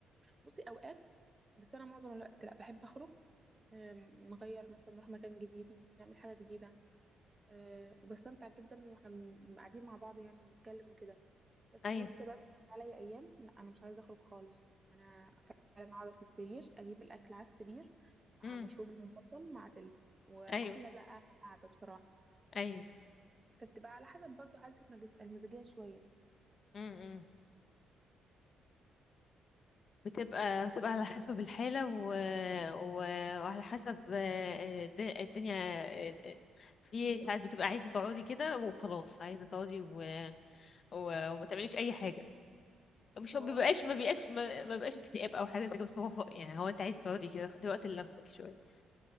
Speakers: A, on the right; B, on the left.
A: بصي اوقات بس انا معظم الوقت لا بحب اخرج آم، نغير مثلا نروح مكان جديد نعمل حاجه جديده آه، وبستمتع جدا واحنا بن- قاعدين مع بعض يعني بنتكلم وكده بس
B: ايوه
A: في نفس الوقت بتيجي عليا ايام لا انا مش عايزه اخرج خالص انا فعلا اقعد في السرير اجيب الاكل على السرير مع
B: امم
A: مشروبي المفضل مع فيلم واحلى
B: ايوه
A: بقى قعده بصراحه
B: ايوه
A: فبتبقى على حسب برضو حالة المجز- المزاجية شوية
B: امم بتبقى بتبقى على حسب الحاله و... و... وعلى حسب آه، الد- الدنيا آه، آه، في ساعات بتبقى عايزه تقعدي كده وخلاص عايزه تقعدي و... و... وما تعمليش اي حاجه مش هو
A: اه
B: بيبقاش ما بيبقاش
A: انتي
B: ما ما بيبقاش اكتئاب او حاجه زي كده بس هو ف- يعني هو انت عايزه تقعدي كده تاخدي وقت لنفسك شويه